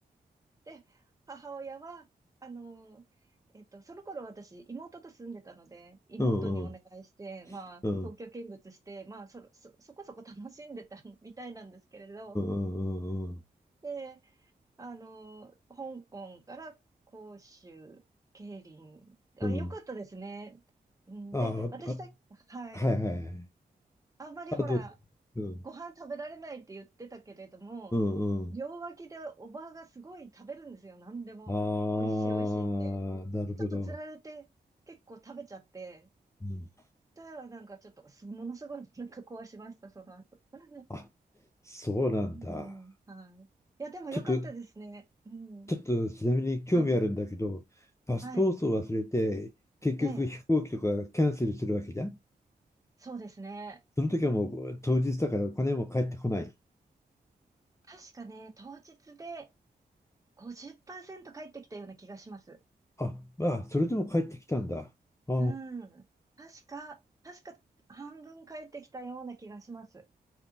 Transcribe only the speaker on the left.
うん、うん、
うん、うん、
うん、
うん、
あ、
あ
はいはいはい。
あと、うん、
うん、うん。
ああ、
なるほど。
うん、
あ、そうなんだ。
ちょっと
ちょっとちなみに興味あるんだけど、
パスポートを忘れて、
結局飛行機とかキャンセルするわけじゃん。
その時はもう当日だからお金も返ってこない。
あ、まあ、それでも帰ってきたんだ。あ